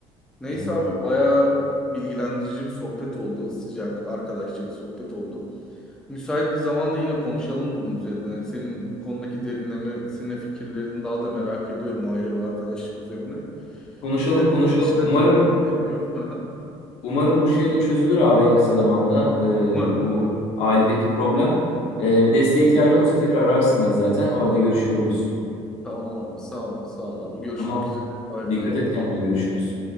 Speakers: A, in the centre; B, on the left.
A: Neyse
B: Yani
A: abi bayağı bilgilendirici bir sohbet oldu. Sıcak, arkadaşça bir sohbet oldu. Müsait bir zamanda yine konuşalım bunun üzerine. Senin bu konudaki derinlemesine fikirlerini daha da merak ediyorum aile ve arkadaşlık üzerine.
B: Konuşalım
A: Şimdi
B: konuşalım.
A: benim bir dışarı
B: Umarım
A: çıkmam gerekiyor. Hı hı.
B: umarım bu şey de çözülür abi en kısa zamanda. Ee,
A: Umarım,
B: bu
A: umarım.
B: ailedeki problem. Ee, bir desteğe ihtiyacın olursa tekrar ararsın beni zaten. O arada görüşüyor oluruz.
A: Tamam abi, sağ ol, sağ ol abi. Görüşmek
B: Tamam.
A: üzere. Bay bay.
B: Dikkat et kendine görüşürüz.